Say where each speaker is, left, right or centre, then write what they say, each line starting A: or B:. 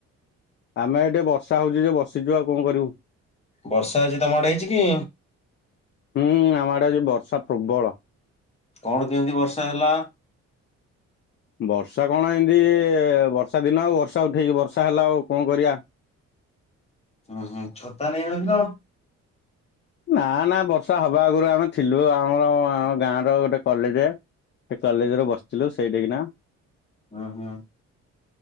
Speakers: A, on the left (about 40°); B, on the left (about 20°).
A: ଆମେ ଏଠି ବର୍ଷା ହଉଚି ଯେ ବସିଚୁ ଆଉ କଣ କରିବୁ।
B: ବର୍ଷା ଆଜି ତମଆଡେ ହେଇଛି କି?
A: ହୁଁ ଆମ ଆଡେ ଆଜି ବର୍ଷା ପ୍ରବଳ।
B: କଣ କେମିତି ବର୍ଷା ହେଲା।
A: ବର୍ଷା କଣ ଏମିତି ବର୍ଷା ଦିନ ଆଉ ବର୍ଷା ଉଠେଇକି ବର୍ଷା ହେଲା ଆଉ କଣ କରିବା। <inaudible>
B: ଉଁ ହୁଁ ଛତା ନେଇନଥିଲ।
A: ନା ନା ବର୍ଷା ହବା ଆଗରୁ ଆମେ ଥିଲୁ ଆମର ଗାଁର ଗୋଟେ କଲେଜ। ସେ କଲେଜରେ ବସିଥିଲୁ ସେଇଠିକିନା।
B: ଉଁ ହୁଁ।